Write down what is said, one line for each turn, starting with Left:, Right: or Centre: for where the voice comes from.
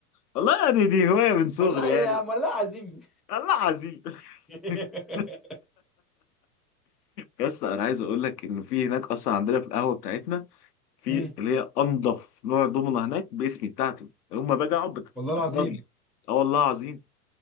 Left: والله يعني دي هوايه من صغري
Centre: والله
Left: يعني
Centre: يا عم والله عظيم
Left: الله عظيم
Centre: <laughs>
Left: <laughs> يس انا عايز اقول لك ان في هناك اصلا عندنا في القهوه بتاعتنا في
Centre: مم.
Left: اللي هي انضف نوع دومنه هناك باسمي بتاعتي يوم باجي اقعد بت-
Centre: والله
Left: بتحضر
Centre: العظيم
Left: لي اه والله عظيم